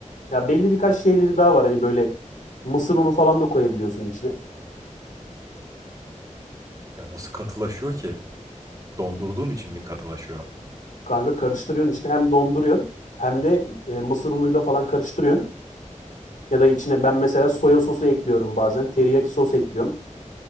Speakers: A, on the left; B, on the right.
A: Ya belli birkaç
B: Ta-
A: şeyleri daha var. Hani böyle mısır unu falan da koyabiliyorsun içine.
B: Ya nasıl katılaşıyor ki? Dondurduğun için mi katılaşıyor?
A: Kanka karıştırıyorsun işte hem donduruyorsun hem de e, mısır unuyla falan karıştırıyorsun. Ya da içine ben mesela soya sosu ekliyorum bazen. Teriyaki sos ekliyorum.